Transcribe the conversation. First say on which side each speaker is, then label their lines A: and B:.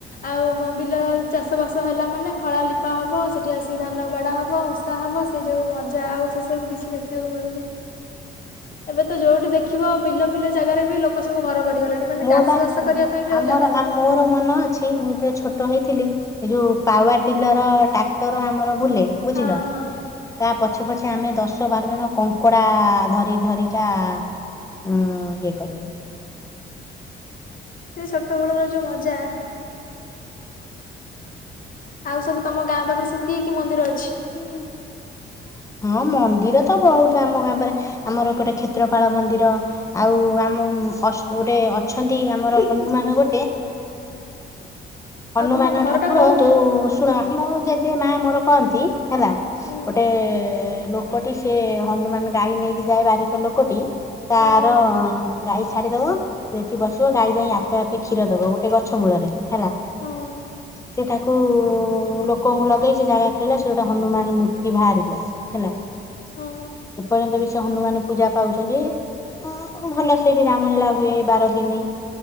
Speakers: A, on the left; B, on the left.
A: ଆଉ ମ ବିଲ ଚାଷ ବାସ ହେଲା ମାନେ ଖଳା ଲିପା ହବ ସେଠି ଆସି ଧାନ ବାଡା ହବ ହବ ସେଇ ଯୋଉ ମଜା ଆଉ ସେ ସବୁ କିଛି ଦେଖିବାକୁ ମିଳୁନି।
B: <inaudible>
A: ଏବେ ତ ଯୋଉଠି ଦେଖିବ ବିଲ ଫିଲ ଜାଗାରେ ବି ଲୋକ ସବୁ ଘର କରିଗଲେଣି। ମାନେ
B: ମୋର
A: ଚାଷ
B: ବା
A: ବାସ କରିବା ପାଇଁ ବି
B: ହାମର
A: ଆଉ ଜାଗା ନାହିଁ।
B: ଆ ମୋର ମନ ଅ ଅଛି ମୁଁ ଜେତେଳେ ଛୋଟ ହେଇଥିଲି ଏ ଯୋଉ ପାୱାର ଟିଲର ଟ୍ରାକ୍ଟର ଆମର ବୁଲେ ବୁଝିଲ?
A: ହଁ ହଁ
B: ତା ପଛେ ପଛେ ଆମେ ଦଶ ବାର ଜଣ କଙ୍କଡା ଧରି ଧରି କା ହଁ ଇଏ କରିବୁ।
A: ସେ ଛୋଟବେଳର ଯୋଉ ମଜା ଆଉ ସବୁ ତମ ଗାଁ ପାଖରେ ସବୁ କି କି ମନ୍ଦିର ଅଛି?
B: <inaudible> ହଁ ମନ୍ଦିର ତ ବହୁତ ଆମ ଗାଁ ପାରେ ଗୋଟେ କ୍ଷେତ୍ରପାଳ ମନ୍ଦିର ଆଉ ଆମ ଅଷ୍ଟ୍ ଗୋଟେ ଅଛନ୍ତି ଆମର ହନୁମାନ ଗୋଟେ ହନୁମାନ
A: ଆଉ ତମ ଘରଟା
B: ଠାକୁର
A: କୋଉଠି?
B: ଯୋଉ ଶୁଣ ମୋ ଜେଜେ ମା ମୋର କହନ୍ତି ହେଲା
A: ହୁଁ
B: ଗୋଟେ ଲୋ ଲୋକଟି ସେ ହନୁମାନେ ଗାଈ ନେଇକି ଯାଏ ବାରିକ ଲୋକଟି ତାର
A: ଆଜ୍ଞା।
B: ଗାଈ ଛାଡିଦବ ସେଇଠି ବସିବ ଗାଈ ଯାଇ ଆପେ ଆପେ କ୍ଷୀର ଦବ ଗୋଟେ ଗଛ ମୂଳରେ ହେଲା।
A: ହୁଁ।
B: ସେଠାକୁ ଲୋକଙ୍କୁ ଲଗେଇ ସେ ଜାଗା ଖୋଲା ସେ ଗୋଟେ ହନୁମାନ ମୂର୍ତ୍ତି ବାହାରିଲେ ହେଲା।
A: ହଁ
B: ଏପର୍ଯ୍ୟନ୍ତ ବି ସେ ହନୁମାନ ପୂଜା ପାଉଛନ୍ତି ଅଁ ଭଲ ସେଇଠି ରାମ ଲୀଳା ହୁଏ ବାର ଦିନି।